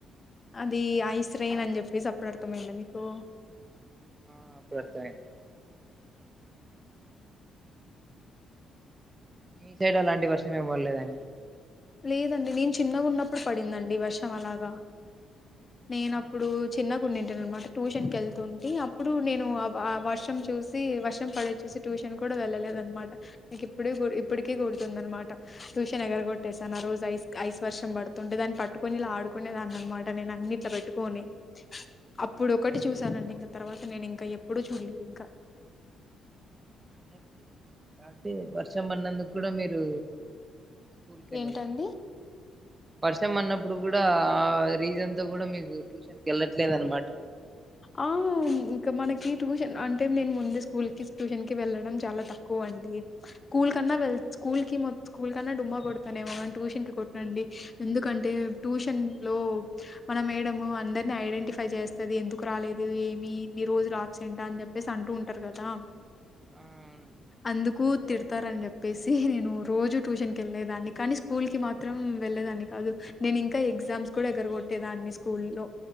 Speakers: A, on the left; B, on the right.
A: అది ఐస్ రెయిన్ అని చెప్పేసి అప్పుడు అర్థమైందా మీకు
B: ఆ అప్పుడు అర్థమైంది. మీ సైడ్ అలాంటి వర్షం ఏమ్ పడ్లేదాండి. అ
A: లేదండి నేను చిన్నగా ఉన్నప్పుడు పడిందండి. వర్షం అలాగా నేన
B: అవునా
A: అప్పుడు చిన్న నింటాను. అనమాట ట్యూషన్ క వెళ్తుంటే అప్పుడు నేను ఆ వ వర్షం చూసి వర్షం పడే చూసి ట్యూషన్ కూడా వెళ్ళలేదు అనమాట. నాకు ఇప్పుడ ఇప్పటికి గుర్తుతుంది. అనమాట ట్యూషన్ ఎగరగొ ట్టేసాను రోజు ఐస్ ఐస్ వర్షం పడుతుంటే దాన్ని పట్టుకొని ఇలా ఆడుకునేదాన్ని అనమాట నేను అన్ని ఇట్లా పెట్టుకని అప్పుడు ఒకటి
B: అవునా
A: చూసానండి ఇంక తర్వాత నేను ఇంకా ఎప్పుడుూ చూడలేదు ఇంకా
B: అ అంటే వర్షం పన్నందుకు క్కూడి మీరు స్కూల్ కి
A: ఏంటండి
B: వర్షం పడినప్పుడు అప్పుడు కూడా ఆ రీజన్ తో కూడా మీకు ట్యూషన్కి వెళ్ళట్లేదు అనమాట
A: ఆ ఇంకా మనకి ట్యూషన్ అంటే నేను ముందే స్కూల్ కి ట్యూషన్ కి వెళ్ళడం చాలా తక్కువ అండి స్కూల్ కన్నా వె స్కూల్ కి మొ స్కూల్ కన్నా డుమ్మా కొడతానేమో అని ట్యూషన్ కి కొట్నండి ఎందుకంటే ట్యూషన్ లో మన మేడ అందరిని ఐడెంటిఫై చేస్త అది ఎందుకు రాలేదు ఏమిీ రోజు బ్సెంటా అని చెప్పేసి అంటూ ఉంటారు కదా
B: ఆ అవునండి
A: అందుకు తిడతారని చెప్పేసి నేను రోజు ట్యూషన్ కి వెళ్ళలేదాన్ని కానీ స్కూల్ కి మాత్రం వెళ్లేదాన్ని కాదు నేను ఇంకా ఎగ్జామ్స్ కూడా ఎగ్గరగొట్టేదాన్ని స్కూల్ లో